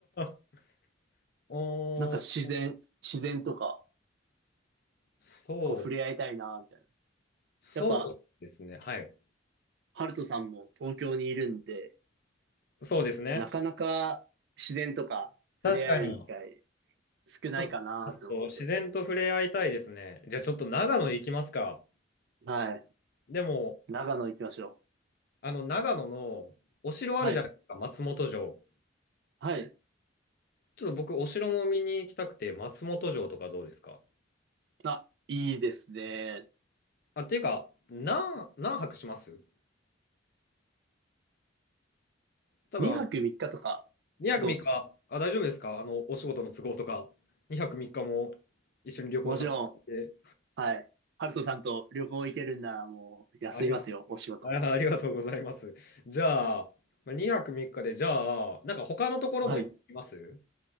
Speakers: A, on the left; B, on the right.
A: <laughs> おー、
B: なんか自然、自然とか、
A: そう、
B: こう触れ合いたいなみたいな。
A: そうですね。
B: やっぱ、
A: はい。
B: ハルトさんも東京にいるんで、
A: そうですね。
B: なかなか自然とか触れ合える機会
A: 確かに。
B: 少ないかなと思って。
A: そうですねちょっと自然と触れ合いたいですね。じゃあちょっと長野行きますか。
B: はい。
A: でも、
B: 長野行きましょ
A: あの長野のお城あるじゃないですか、
B: う。はい。
A: 松本城。
B: はい。
A: ちょっと僕、お城も見に行きたくて、松本城とかどうですか
B: あ、いいですね。
A: あ、っていうか、何、何泊します多分あの、
B: 2泊3日とか、
A: 2泊3日、
B: どうですか
A: あ、大丈夫ですかあの、お仕事の都合とか、2泊3日も一緒に旅行させて、
B: もちろん、はい。ハルトさんと旅行行けるんならもう休みますよ、
A: ありがと
B: お仕事。
A: う、あありがとうございます。じゃあ、まあ2泊3日で、じゃあ、なんか他のところも行きます
B: はい。